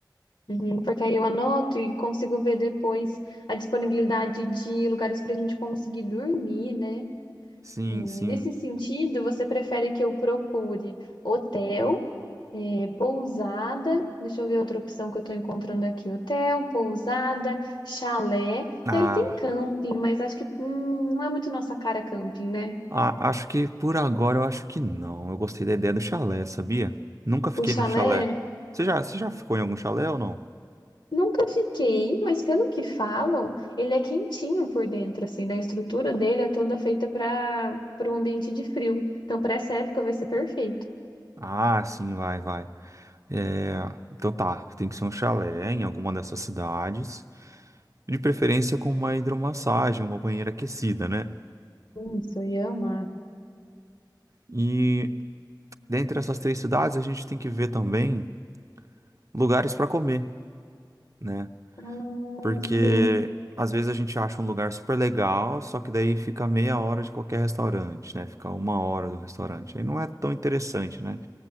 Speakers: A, on the left; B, on the right.
A: Uhum, porque aí eu anoto e consigo ver depois a disponibilidade de lugares para a gente conseguir dormir, né?
B: Sim,
A: É, Nesse
B: sim.
A: sentido, você prefere que eu procure hotel, é, pousada, deixa eu ver outra opção que eu estou encontrando aqui, hotel, pousada, chalé,
B: Ah,
A: e aí tem camping, mas acho que hum, não é muito nossa cara camping, né?
B: a- acho que por agora eu acho que não. Eu gostei da ideia do chalé, sabia? Nunca fiquei
A: O chalé,
B: num chalé. Você já, você já ficou em algum chalé ou não?
A: nunca fiquei, mas pelo que falam, ele é quentinho por dentro, assim, né? A estrutura dele é toda feita para para um ambiente de frio, então para essa época vai ser perfeito.
B: Ah, sim, vai, vai. É, então tá, tem que ser um chalé em alguma dessas cidades. De preferência com uma hidromassagem, uma banheira aquecida, né?
A: Isso, eu ia amar.
B: E dentre essas três cidades a gente tem que ver também lugares para comer, né?
A: Ah,
B: Porque
A: sim.
B: às vezes a gente acha um lugar super legal, só que daí fica meia hora de qualquer restaurante, né? Fica uma hora do restaurante. Aí não é tão interessante, né?